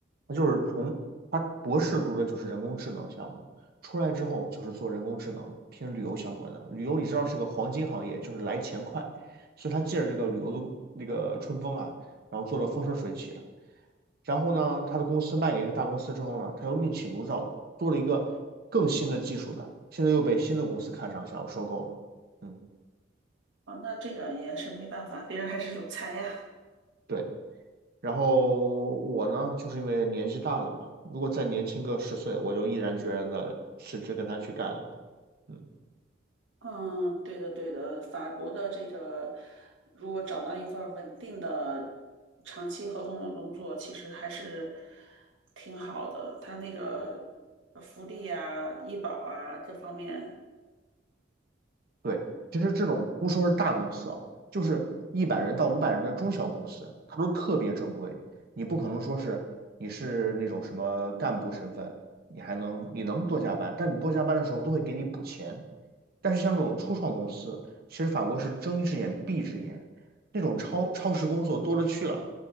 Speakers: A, on the right (about 55°); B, on the right (about 85°).
A: 他就是从他博士读的就是人工智能项目，出来之后就是做人工智能偏旅游相关的。旅游你知道是个黄金行业，就是来钱快，所以他借着这个旅游的那个春风啊，然后做的风生水起的。然后呢，他的公司卖给一个大公司之后呢，他又另起炉灶做了一个更新的技术的，现在又被新的公司看上，想要收购了。嗯，
B: 啊，那这个也是没办法，别人还是有才呀。
A: 对。然后我呢，就是因为年纪大了嘛，如果再年轻个十岁，我就毅然决然的辞职跟他去干了。嗯，
B: 嗯，对的对的，法国的这个如果找到一份儿稳定的长期合同的工作，其实还是挺好的，他那个福利啊、医保啊这方面。
A: 对，其实这种不说是大公司啊，就是一百人到五百人的中小公司，它都特别正规，你不可能说是你是那种什么干部身份，你还能你能多加班，但你多加班的时候都会给你补钱。但是像这种初创公司，其实法国是睁一只眼闭一只眼，那种超超时工作多了去了。